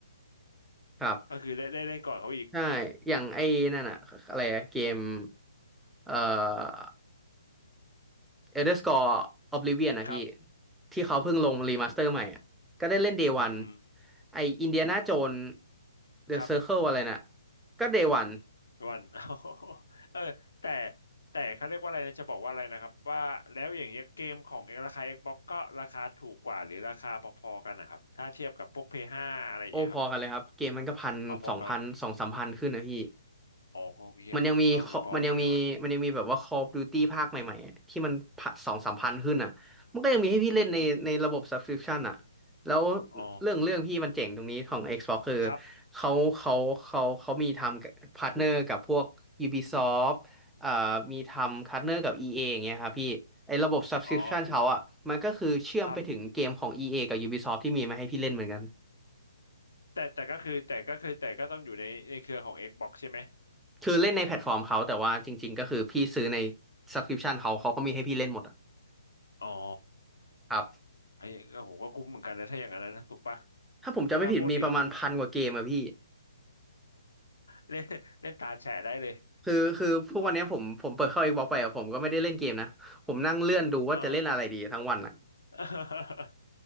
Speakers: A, in the centre; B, on the left.
A: ครับ
B: ก็คือได้ได้เล่นก่อนเขาอีก
A: ใช่อย่างไอ้นั่นอ่ะอะไรอะเกมเอ่อ Elder Scrolls Oblivion นะพี่
B: <laughs> ครับ
A: ที่เขาเพิ่งลงรีมาสเตอร์ใหม่อ่ะก็ได้เล่น Day
B: อืม
A: One ไอ้ Indiana Jones The
B: ครับ
A: Circle อะไรน่ะก็ Day One
B: วัน <laughs> เออแต่แต่เขาเรียกว่าอะไรนะจะบอกว่าอะไรนะครับว่าแล้วอย่างเงี้ยเกมของเอราคา Xbox ก็ราคาถูกกว่าหรือราคาพอๆกันนะครับถ้าเทียบกับพวกพีเอสห้าอะไรอย่างเงี้ยครับ
A: โอ้พอกันเลยครับเกมมันก็พันสองพันสองสามพันขึ้นนะพี่
B: เอาพอกันอ๋อก็โอเคอะก็คือพอกันเลยว่า
A: มันยังมี Call- มันยังมีมันยังมีแบบว่า Call of Duty ภาคใหม่ๆอะที่มันสองสามพันขึ้นอ่ะมันก็ยังมีให้พี่เล่นในในระบบ
B: อืม
A: subscription อ่ะแล้ว
B: อ๋อ
A: เรื่องเรื่องพี่มันเจ๋งตรงนี้ของ Xbox คือ
B: ครับ
A: เขาเขาเขาเขามีทำพาร์ทเนอร์กับพวก Ubisoft เอ่อมีทำพาร์ทเนอร์กับ EA ออย่างเงี้ยครับพี่ไอ้ระบบ subscription
B: อ๋อ
A: เขาอ่ะมันก็คือเชื่อมไปถึงเกมของ
B: ครับ
A: EA กับ Ubisoft ที่มีมาให้พี่เล่นเหมือนกัน
B: แต่แต่ก็คือแต่ก็คือแต่ก็ต้องอยู่ในในเครือของ Xbox ใช่ไหม
A: คือเล่นในแพลตฟอร์มเขาแต่ว่าจริงๆก็คือพี่ซื้อใน subscription เขาเขาก็มีให้พี่เล่นหมดอะ
B: อ๋อ
A: ครับ
B: ไอ้ก็โหก็คุ้มเหมือนกันนะถ้าอย่างนั้นนะถูกปะ
A: ถ้าผมจำไม่ผิดมีประมาณพันกว่าเกมอะพี่
B: ถ้าพูดถึง <laughs> เล่นเล่นตาแฉะได้เลย
A: คือคือพวกวันเนี้ยผมผมเปิดเข้า
B: อ๋อ
A: Xbox ไปอะผมก็ไม่ได้เล่นเกมนะผมนั่งเลื่อนดูว่าจะเล่นอะไรดีทั้งวันอะ
B: อ่า <laughs>